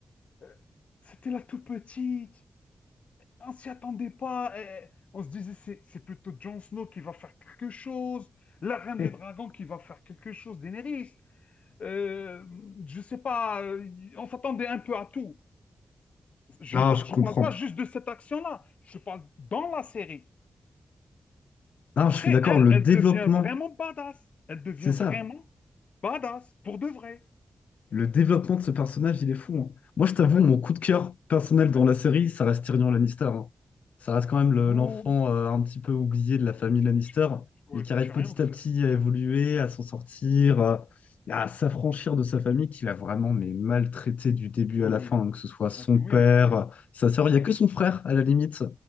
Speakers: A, on the left; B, on the left.
A: euh, c'était la toute petite. On s'y attendait pas. eh, on se disait, c'est c'est plutôt Jon Snow qui va faire quelque chose, la Reine
B: <laughs>
A: des Dragons qui va faire quelque chose, Daenerys. Euh, je sais pas, euh, on s'attendait un peu à tout. Je
B: Non,
A: par-
B: je comprends.
A: je parle pas juste de cette action-là, je parle dans la série.
B: Non,
A: Après,
B: je suis d'accord,
A: elle,
B: le
A: elle
B: développement,
A: devient vraiment badass. Elle devient
B: c'est ça.
A: vraiment badass, pour de vrai.
B: Le développement de ce personnage, il est fou. hein. Moi, je t'avoue,
A: Ouais,
B: mon coup de cœur personnel dans
A: ouais,
B: la série, ça reste Tyrion
A: ouais.
B: Lannister. hein. Ça reste quand même le-
A: Ou,
B: l'enfant euh, un petit peu oublié de la famille
A: tu,
B: Lannister,
A: tu- ouais,
B: mais qui arrive
A: tu
B: petit
A: as rien, c'est-
B: à petit à
A: tu-
B: évoluer, à s'en sortir, euh, à s'affranchir de sa famille, qui l'a vraiment mais maltraité du début
A: oui,
B: à la
A: oui,
B: fin, hein, que ce soit son
A: oui,
B: père,
A: oui, bah oui.
B: sa sœur. Il n'y a que son frère, à la limite,